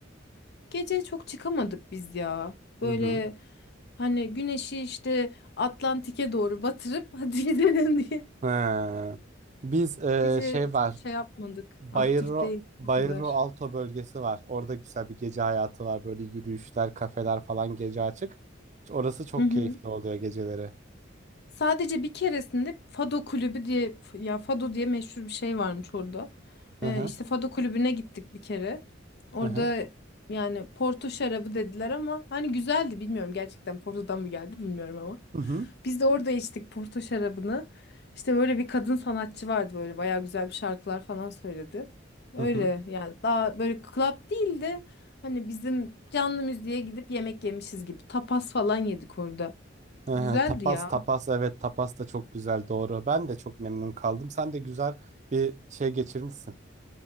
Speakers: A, on the left; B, on the right.
A: Gece çok çıkamadık biz ya. Böyle
B: Hı hı.
A: hani güneşi işte Atlantik'e doğru batırıp <laughs> hadi gidelim diye.
B: He. Biz e,
A: Gece
B: şey var.
A: çok şey yapmadık.
B: Bayro
A: Aktif değil
B: Bayro
A: o kadar.
B: Alto bölgesi var. Orada güzel bir gece hayatı var. Böyle yürüyüşler, kafeler falan gece açık. Orası çok
A: <clears throat>
B: keyifli oluyor geceleri.
A: Sadece bir keresinde Fado kulübü diye ya Fado diye meşhur bir şey varmış orada.
B: Hı
A: Ee,
B: hı.
A: işte Fado kulübüne gittik bir kere. Orada
B: Hı hı.
A: yani Porto şarabı dediler ama hani güzeldi bilmiyorum gerçekten Porto'dan mı geldi bilmiyorum ama.
B: Hı hı.
A: Biz de orada içtik Porto şarabını. İşte böyle bir kadın sanatçı vardı böyle bayağı güzel bir şarkılar falan söyledi. Öyle
B: Hı hı.
A: yani daha böyle club değil de hani bizim canlı müziğe gidip yemek yemişiz gibi tapas falan yedik orada.
B: Hı hı.
A: Güzeldi
B: Tapas
A: ya.
B: tapas evet tapas da çok güzel doğru. Ben de çok memnun kaldım. Sen de güzel bir şey geçirmişsin.